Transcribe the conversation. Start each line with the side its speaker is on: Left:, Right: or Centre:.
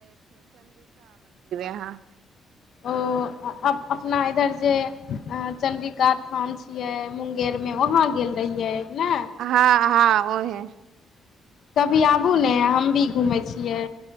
Right: <unintelligible>
Left: ओ अप-अपना इधर जे चंडीका स्थान छियै मुंगेर मे वहाँ गेल रहियै ने
Right: हाँ हाँ ओहें
Left: कभी आबू ने हम भी घुमैय छियै